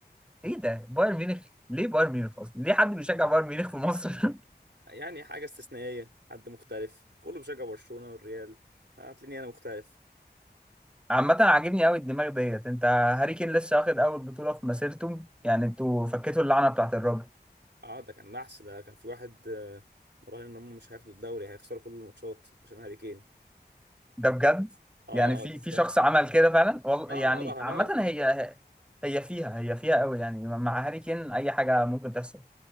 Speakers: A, in the centre; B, on the right (about 85°).
A: ايه ده بايرن ميونخ ليه بايرن ميونخ اصلا ليه حد بيشجع بايرن ميونخ في مصر <laughs>
B: يعني حاجه استثنائيه حد مختلف كله بيشجع برشلونه والريال هتلاقيني انا مختلف
A: عامه عاجبني قوي الدماغ ديت انت هاري كين لسه واخد اول بطوله في مسيرته يعني انتوا فكيتوا اللعنه بتاعت الراجل
B: اه ده كان نحس ده كان في واحد آه، مراهن ان هم مش هياخدوا الدوري هيخسروا كل الماتشات عشان هاري كين
A: ده بجد
B: اه
A: يعني في
B: اه شفتها
A: في شخص عمل كده فعلا والله
B: اه
A: يعني
B: اه رهانات
A: عامة هي هي فيها هي فيها قوي يعني مع هاري كين اي حاجة ممكن تحصل